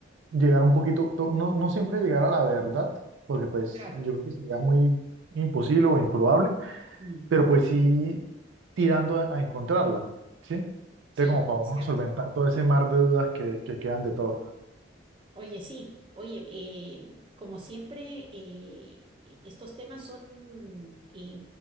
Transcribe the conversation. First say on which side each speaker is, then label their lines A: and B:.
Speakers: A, on the right; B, on the right.
A: llegar un poquito, to- no, no siempre llegar a la verdad, porque pues
B: claro.
A: yo creo que sería muy imposible o improbable
B: mm,
A: pero pues sí tirando a, a encontrarla, ¿sí? Entonces,
B: sí,
A: como para uno
B: cierto.
A: solventar todo ese mar de dudas que, que quedan de todo
B: Oye, sí, oye, eh, como siempre, eh, e- estos temas son, eh,